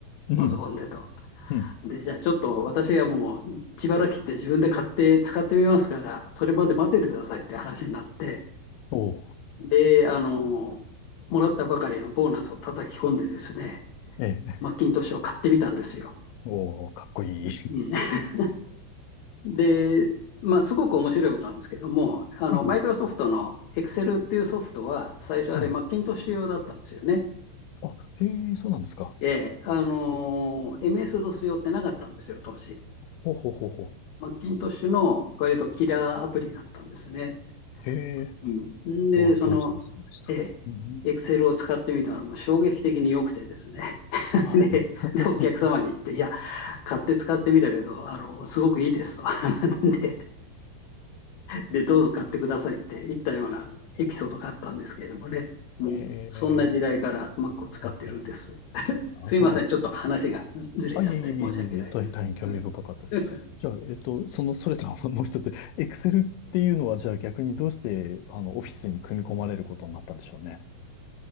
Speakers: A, on the left; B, on the left.
A: うん、
B: パソコンでと。
A: うん、
B: で、じゃあちょっと私がもう自腹切って自分で買って使ってみますから、それまで待っててくださいって話になって、
A: おー、
B: で、あの、もらったばかりのボーナスを叩き込んでですね、
A: ええ、
B: マッキントッシュを買ってみたんですよ。
A: おー、かっこいい。
B: うん <laughs> で、まあ、すごく面白いことなんですけども、あの、
A: うん、
B: マイクロソフトの Excel っていうソフトは、最初あれ、
A: はい。
B: マッキントッシュ用だったんですよね。
A: あ、へえ、そうなんですか。
B: ええ、あの、
A: え
B: MS-DOS 用ってなかったんですよ、当時。
A: ほうほうほうほう。
B: マッキントッシュの割とキラーアプリだったんですね。
A: へえ、
B: うん、で、
A: これは存じませんでした。
B: その、え
A: うん、
B: え、Excel を使ってみたらもう衝撃的に良くてですね。
A: はい。
B: で、で、
A: <laughs>
B: お客様に言って、いや、買って使ってみたけど、あの、すごくいいですと <laughs>。で、で、どうぞ買ってくださいって言ったようなエピソードがあったんですけれどもね、もう、
A: え
B: そんな時代から
A: え、
B: Mac を使ってるんです。
A: ほうほうほうなるほど。
B: すいません、ちょっと話がずれちゃって申し訳ないです。
A: あ、いえいえいえいえいえ、大大変興味深かったです。
B: うん <laughs>
A: じゃあ、えっと、その、それとはもう一つ、Excel っていうのは、じゃあ逆にどうして、あの、オフィスに組み込まれることになったんでしょうね。